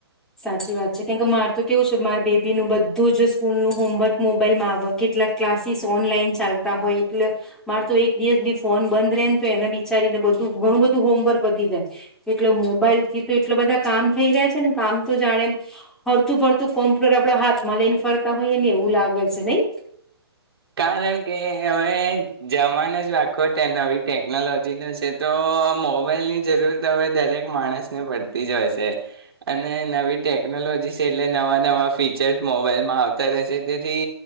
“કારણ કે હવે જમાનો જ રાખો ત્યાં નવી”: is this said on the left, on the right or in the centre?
Right